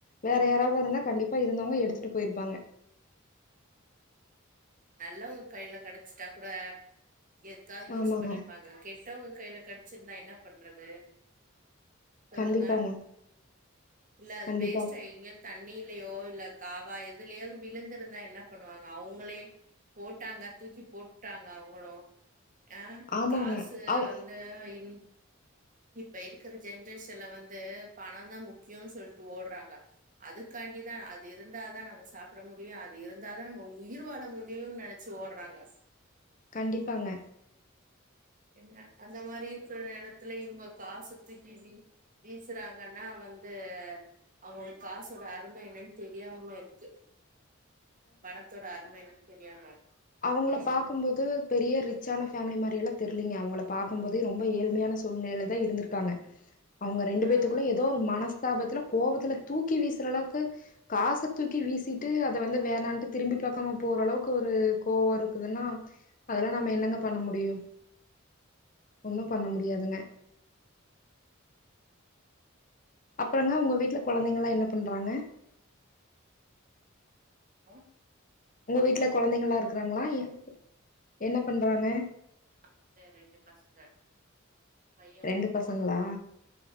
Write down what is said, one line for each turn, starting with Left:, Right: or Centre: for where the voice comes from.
Left: வேற யாராவதா இருந்தா கண்டிப்பா இருந்தவங்க எடுத்துட்டு போயிருப்பாங்க
Right: நல்லவுங்க கையில கெடச்சிட்டா கூட எதுக்காவது யூஸ்
Left: ஆமாங்க
Right: பண்ணிருப்பாங்க கெட் டவங்க கையில கெடச்சிருந்தா என்ன பண்றது சொல்லுங்க
Left: கண்டிப்பாங்க
Right: இல்ல அது
Left: கண்டிப்பா
Right: வேஸ்ட்டா எங்கயா தண்ணீலயோ இல்ல காவா எதுலயாவது விழுந்திருந்தா என்ன பண்ணுவாங்க அவுங்களே போட்டாங்க தூக்கி போட்டாங்க அவுங்களும் ஆ
Left: ஆமாங்க
Right: காசு
Left: அவ்
Right: வந் து இருந் இப்ப இருக்கிற ஜென்ரேஷன்ல வந்து பணந்தா முக்கியோன் சொல்ட்டு ஓடறாங்க அதுக்காண்டிதா அது இருந்தாதா நம்ம சாப்ட முடியும் அது இருந்தாதா நம்ம உயிர் வாழ முடியுன் நெனச் சி ஓடறாங்க
Left: கண்டிப்பாங்க
Right: என்ன அந்த மாரி சில நேரத்துல இவுங்க காசத் தூக்கி வீ வீசறாங்கன்னா வந்து அவுங்களுக் காசோட அரும என்னன் தெரியாம இருக்கு பணத்தோட அரும என்னன் தெரியாம இருக்கு
Left: அவுங்களப்
Right: ம்
Left: பாக்கும்போது பெரிய ரிச் சான ஃபேம்லி மாரியெல்லாத் தெர்லிங்க அவுங்களப் பாக்கும்போது ரொம்ப ஏழ்மையான சூழ்நிலைலதா இருந்துர்க்காங்க அவுங்க ரெண்டு
Right: ஆ
Left: பேத்துகுள்ள எதோ ஒரு மனஸ்தாபத்ல கோவத்துல தூக்கி வீசுறளவுக்கு காசத் தூக்கி வீசிட்டு அத வந்து வேணான்ட்டு திரும்பி பாக்காம போறளவுக்கு ஒரு கோவோ இருக்குதுன்னா அதெல்லா நம்ம என்னங்க பண்ண முடியு ஒன்னு பண்ண முடியாதுங்க அப்றங்க ஒங்க வீட்ல கொழந்தைங்கலா என்னப் பண்றாங்க
Right: அ
Left: உங்க வீட்ல கொழந்தைங்கல்லா இருக்கறாங்ளா எ என்னப் பண்றாங்க
Right: வீட்ல ரெண்டுப் பசங்க பைய
Left: ரெண்டு
Right: ஒண்ணு
Left: பசங்களா
Right: பொண்ணு ஒண்ணு